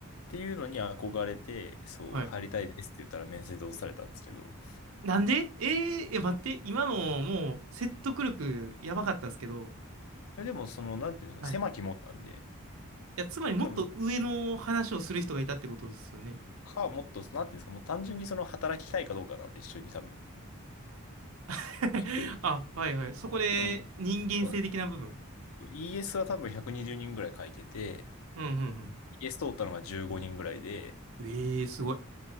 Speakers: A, on the left; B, on the right.
A: ていうのに憧れて、そう、
B: はい。
A: 入りたいですって言ったら面接で落とされたんですけど、
B: なんでえー、え、待って。今のもう説得力やばかったですけど。
A: あの、えでもその、なんていうんですか、
B: はい。
A: 狭き門なんで、
B: いや、つまりもっと上の話をする人がいたってことですよね。
A: 多分、か、もっと、なんていうんですか、もう単純にその働きたいかどうかなんで一緒に多分。
B: <laughs>
A: 結構、
B: あ、はいはい。そこで人間性的な部分。
A: うん。そうなんです。そう ES は多分120人ぐらい書いてて、
B: うんうん
A: ES 通ったのが15人ぐらいで、
B: うん。ええー、すごい。